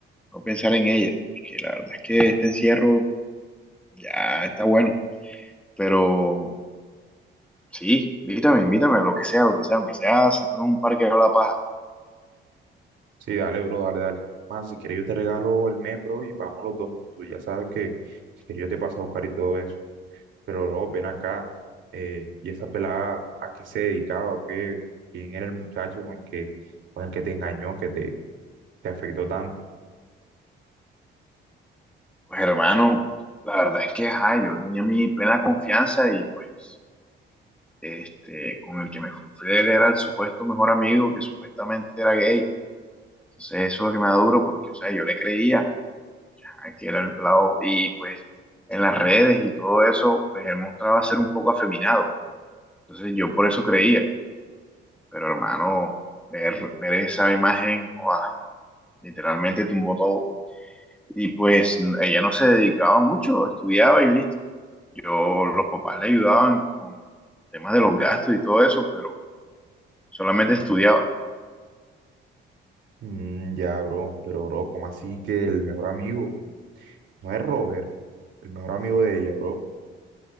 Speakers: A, in the centre; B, on the right.
A: no pensar en ella. Porque la verdad es que este encierro ya está bueno. Pero sí, invítame, invítame, lo que sea, lo que sea, aunque sea sentado en un parque a la paja.
B: Sí, dale, bro, dale, dale. Más, si quieres yo te regalo el mes, bro, y vamos los dos juntos. Ya sabes que si quieres yo te paso a buscar y todo eso. pero luego ven acá, eh, y esa pelada, ¿a qué se dedicaba o qué? ¿Quién era el muchacho con el que, con el que te engañó, que te, te afectó tanto?
A: Pues hermano, la verdad es que ajá, yo tenía mi plena confianza y pues este, con el que me fui, fue era el supuesto mejor amigo que supuestamente era gay. Entonces eso es lo que me da duro porque, o sea, yo le creía a que era el pelado y pues en las redes y todo eso, pues él mostraba ser un poco afeminado. Entonces yo por eso creía, pero hermano, ver, ver esa imagen, ¡guau! literalmente tumbó todo. Y pues ella no se dedicaba mucho, estudiaba y listo. Yo, los papás le ayudaban con temas de los gastos y todo eso, pero solamente estudiaba.
B: Mm, ya, bro, pero bro, ¿cómo así que el mejor amigo no es Robert, el mejor amigo de ella, bro?